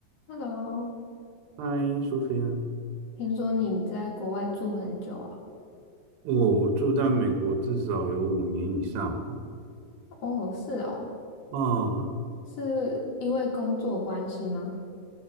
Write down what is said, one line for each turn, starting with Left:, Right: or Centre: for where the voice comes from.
Left: Hello，
Right: 嗨，苏菲亚，
Left: 听说你在国外住很久啊？
Right: 我我住在美国至少有五年以上哦。
Left: 哦，是哦，
Right: 嗯，
Left: 是因为工作关系吗？